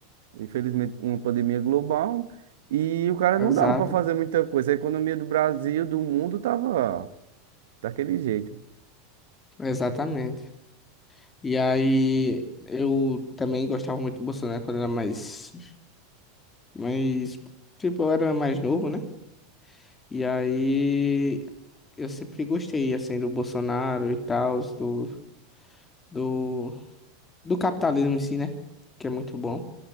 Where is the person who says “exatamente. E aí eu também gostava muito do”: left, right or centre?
Left